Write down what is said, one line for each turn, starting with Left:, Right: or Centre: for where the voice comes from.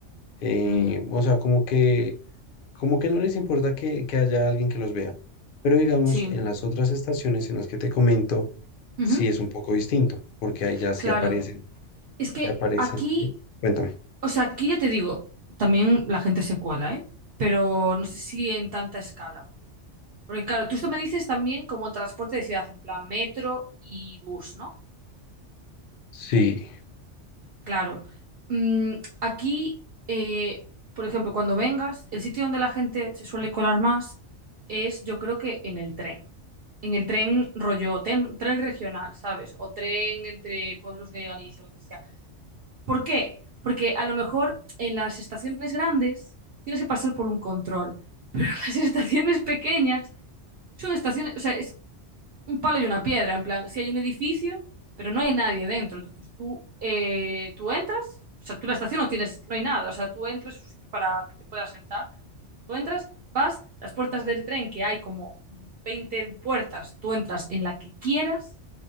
Left: eh,
Right: Mm,
Left: o sea, como que, como que no les importa que, que haya alguien que los vea. Pero digamos,
Right: sí.
Left: en las otras estaciones en las que te comento,
Right: Ujú.
Left: sí es un poco distinto, porque ahí ya sí
Right: Claro.
Left: aparecen
Right: Es que
Left: Ya aparecen.
Right: aquí,
Left: ¿sí? Cuéntame.
Right: o sea, aquí ya te digo, también la gente se cuela, ¿eh? Pero no sé si en tanta escala. Porque claro, tú esto me dices también como transporte de ciudad, en plan metro y bus, ¿no?
Left: Sí,
Right: Claro. Mm, aquí, eh, por ejemplo, cuando vengas, el sitio donde la gente se suele colar más es, yo creo que en el tren. En el tren rollo, ten- tren regional, ¿sabes? O tren entre pueblos de Galicia, lo que sea. ¿Por qué? Porque a lo mejor en las estaciones grandes tienes que pasar por un control. <laughs> Las estaciones pequeñas son estaciones, o sea, es un palo y una piedra, en plan, si hay un edificio, pero no hay nadie dentro. Entonces tú, eh, tú entras, o sea, tú en la estación no tienes, no hay nada, o sea, tú entras, es un sitio para que te puedas sentar. Tú entras, vas, las puertas del tren, que hay como 20 puertas, tú entras en la que quieras